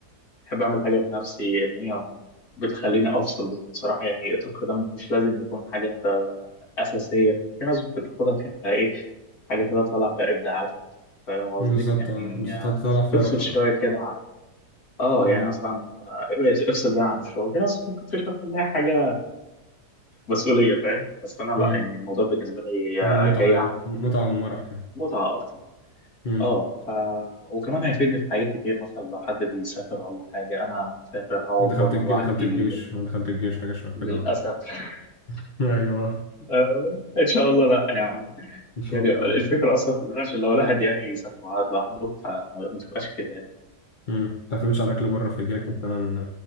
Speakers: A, on the left; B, on the left.
A: بحب اعمل حاجه بنفسي ان هي بتخليني افصل بصراحه يعني الطبخ ده مش لازم يكون حاجه انت اساسيه في ناس بتاخدها كايه حاجه كده طالعه فيها ابداعاتك فاهم قصدي؟
B: بالظبط
A: يعني
B: اه بالظبط
A: آه،
B: تطلع فيها
A: تفصل
B: روحك
A: شويه
B: اه
A: كده عن اه
B: امم
A: يعني مثلا آه، ابعد افصل بقى عن الشغل في ناس ممكن تشوف انها حاجه مسؤوليه فاهم؟ بس انا لا
B: امم
A: يعني الموضوع بالنسبه لي
B: متعة
A: آه، جاي
B: يعني
A: عن
B: متعة ومرح يعني
A: متعه اكتر
B: امم
A: اه ف وكمان هيفيدني في حاجات كتير مثلا لو حد بيسافر ولا حاجة أنا مسافر هقعد
B: دخلت
A: بره
B: الجيش
A: لوحدي
B: دخلت الجيش دخلت الجيش حاجة شبه
A: للأسف
B: كده
A: <laughs>
B: <laughs> ايوه
A: آه، إن شاء الله لا يعني
B: ان شاء
A: يعني
B: الله
A: الفكرة أصلا في إن أنا عشان لو الواحد يعني يسافر وقعد لوحده فما تبقاش كده يعني
B: امم ما تعتمدش على اكل بره فيجيلك مثلا